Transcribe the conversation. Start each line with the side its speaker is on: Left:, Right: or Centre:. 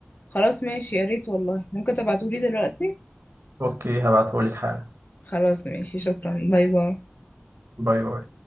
Left: خلاص ماشي يا ريت والله ممكن تبعتولي دلوقتي
Right: اوكي هبعتهولك حالا
Left: خلاص ماشي شكرا باي باي
Right: باي باي